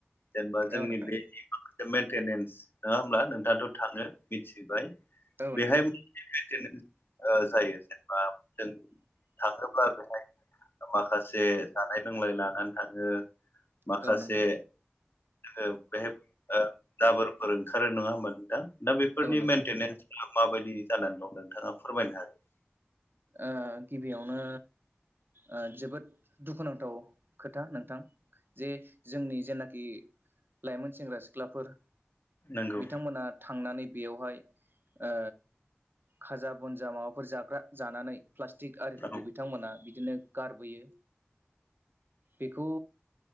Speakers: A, on the left; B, on the right.
A: जेनेबा जोंनि
B: औ नोंथां
A: बे माखासे मेनटेनेन्स नङा होमब्ला नोंथाङाथ' थाङो मिथि
B: औ
A: बेहाय
B: नोंथां
A: ओ जायो जेनेबा जों थाङोब्ला बेहाय माखासे जानाय लोंनाय लानानै थाङो
B: औ
A: माखासे
B: नोंथां
A: बेहाय ओ जाबोरफोर ओंखारो नङा होमबा नोंथां दा बेफोरनि
B: औ नोंथां
A: मेनटेनेन्स माबायदि जानानै दं नोंथाङा फोरमायनो हागोन
B: ओ गिबियावनो ओ जोबोद दुखुनांथाव खोथा नोंथां जे जोंनि जेनाखि लाइमोन सेंग्रा सिख्लाफोर
A: नंगौ
B: बिथांमोना थांनानै बेयावहाय ओ खाजा बनजा माबाफोर जाग्रा जानानै प्लास्टिक आरिफोरखौ
A: औ
B: बिथांमोना बिदिनो गारबोयो बेखौ